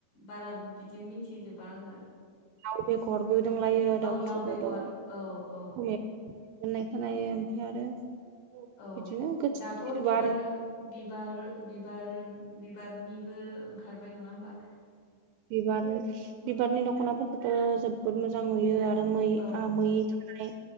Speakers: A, on the left; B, on the right.
A: बारा बिदि मिथिजोबा आङो
B: लाउ बेगर दंलायो दाउथु
A: औ लाव
B: गद'
A: बेगर
B: मोननाय
A: औ औ
B: खोनायो आमफ्राय आरो
A: औ
B: बिदिनो गोसो
A: दाथ'
B: फैथोबा
A: बिबार
B: आरो
A: बिबार बिबार बिबारनिबो ओंखारबाय नंआ होमबा
B: बिबार बिबारनि दख'नाफोरखौथ' जोबोर मोजां नुयो आरो मै
A: औ
B: आ मै ओम